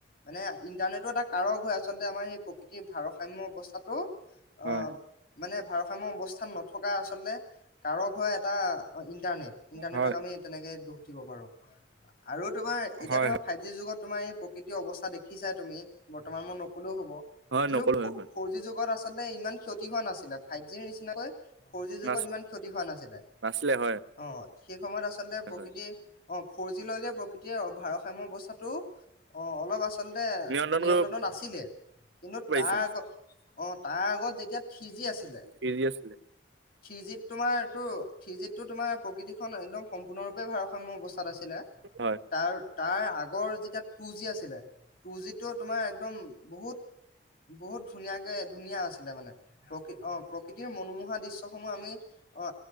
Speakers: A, on the left; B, on the right.
A: মানে ইণ্টাৰনেটো এটা কাৰক হয় আচলতে আমাৰ সেই প্ৰকৃতিৰ ভাৰসাম্য অৱস্থাটো
B: হয়
A: আহ, মানে ভাৰসাম্য অৱস্থাত নথকা আচলতে কাৰক হয় এটা ইণ্টাৰনেট, ইণ্টাৰনেটক
B: হয়
A: আমি তেনেকে দুখ দিব পাৰো। আৰু তোমাৰ এতিয়া
B: হয়
A: তোমাৰ ফাইভ জি যুগত তোমাৰ এই প্ৰকৃৃত অৱস্থা দেখিছা তুমি বৰ্তমান মোৰ নকলেও হ'ব
B: হয়
A: কিন্তু
B: নকলো হয় হয়
A: ফৰ জি যুগত আ ইমান ক্ষতি হোৱা নাছিলে, ফাইভ জি চিনাকৈ ফৰ জি যুগত
B: নাচ
A: ইমান ক্ষতি হোৱা নাছিলে,
B: নাছিলে হয়
A: অ। সেই সময়ত আচলতে প্ৰকৃতি
B: হয়
A: অ ফৰ জি লৈ যে প্ৰকৃতিৰ ভাৰ- সময় বৱস্থাত টো, অ অলপ আচলতে
B: নিয়ন্ত্ৰণ
A: নিয়ন্ত্ৰণত
B: কৰিব
A: আছিলে, কিন্তু
B: পাৰিছিল
A: তাৰ আগত, অ তাৰ আগত যেতিয়া থ্ৰি জি আছিলে
B: ফ্ৰী আছিলে
A: থ্ৰি জিত তোমাৰ এইটো থ্ৰি জিত টো তোমাৰ প্ৰকৃতিখন একদম সম্পূৰ্ণৰূপে ভাৰ সময় ব্যৱ আছিলে,
B: হয়
A: তাৰ তাৰ আগৰ যেতিয়া টু জি আছিলে টু জিটো তোমাৰ একদম বহুত বহুত ধুনীয়াকে আছিলে মানে প্ৰকি অ। প্ৰকৃতিৰ মনোমোহা দৃশ্যসমূহ আমি অ